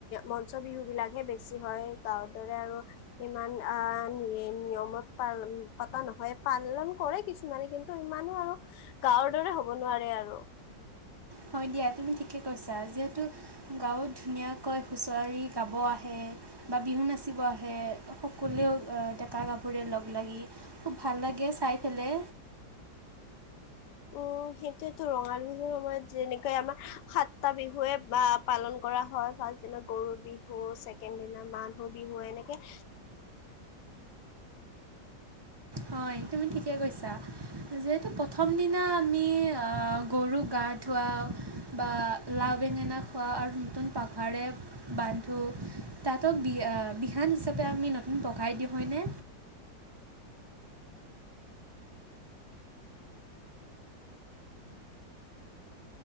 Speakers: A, on the left (about 75°); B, on the right (about 30°).
A: মঞ্চ বিহুবিলাকহে বেছি হয়। গাওঁৱৰ দৰে আৰু ইমান আ', মেইন নিয়মত পা পতা নহয় পালন কৰে কিছু মানে কিন্তু ইমানো আৰু গাওঁৰ দৰে হ'ব নোৱাৰে আৰু
B: হয় দিয়া, তুমি ঠিকে কৈছা। যিহেতু গাঁৱত ধুনীয়াকৈ খুচৰি গাব আহে। বা বিহু নাচিব আহে সকলোৱেও আ, ডেকা গাভৰুৱে লগ লাগি। খুব ভাল লাগে চাই পেলে।
A: উম, সেইটোয়েতো ৰঙালী বিহুৰ সময়ত যেনেকে আমাৰ সাতটা বিহুৱে বা পালন কৰা হয়, ফাৰ্ষ্ট দিনা গৰু বিহু, ছেকেণ্ড দিনা মানুহ বিহু এনেকে
B: হয় তুমি ঠিকে কৈছা। যিহেতু প্ৰথম দিনা আমি আ, গৰুক গা ধোৱাওঁ বা লাও বেঙেনা খোৱাও আৰু নতুন পাগাৰে বান্ধো তাতক বি আ, বিহান হিচাপে আমি নতুন পকাই দিওঁ হয়নে?